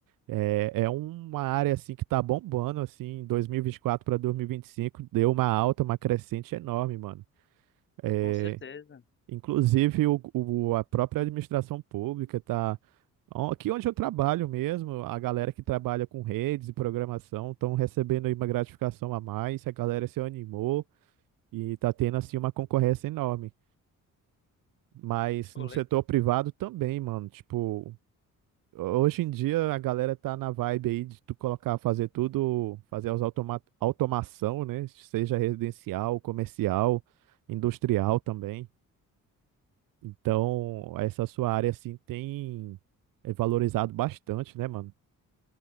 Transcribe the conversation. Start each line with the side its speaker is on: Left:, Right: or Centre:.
Right: é, é uma área assim que tá bombando assim, em 2024 para 2025, deu uma alta, uma crescente enorme, mano. É,
Left: Com certeza.
Right: inclusive o, o- a própria administração pública tá Ó, Aqui onde eu trabalho mesmo, a galera que trabalha com redes e programação estão recebendo aí uma gratificação a mais, a galera se animou e tá tendo assim uma concorrência enorme. Mas
Left: Pô,
Right: no
Left: le-
Right: setor privado também, mano. Tipo, hoje em dia a galera tá na vibe aí de tu colocar, fazer tudo, fazer as automa automação, né? Seja residencial, comercial, industrial também. Então, essa sua área assim tem é valorizado bastante, né, mano?